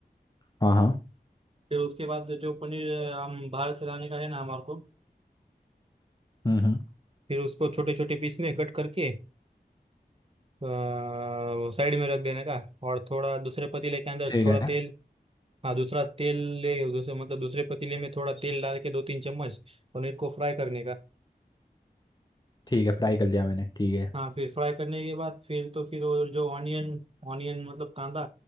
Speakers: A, on the left (about 25°); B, on the right (about 35°).
A: हाँ हाँ
B: फिर उसके बाद जो पनीर हम बाहर से लाने का है ना हमारे को
A: हम्म हम्म
B: फिर उसको छोटे छोटे पीस में कट करके साइड में रख देने का और थोड़ा दूसरे पतीले के अंदर
A: ठीक
B: थोड़ा
A: है
B: तेल हाँ दूसरा तेल ले दूसरे मतलब दूसरे पतीले में थोड़ा तेल डाल के दो तीन चम्मच पनीर को फ्राई करने का
A: ठीक है फ्राई कर लिया मैंने ठीक है
B: हाँ फिर फ्राई करने के बाद फिर तो फिर वो जो ऑनियन ऑनियन मतलब कांदा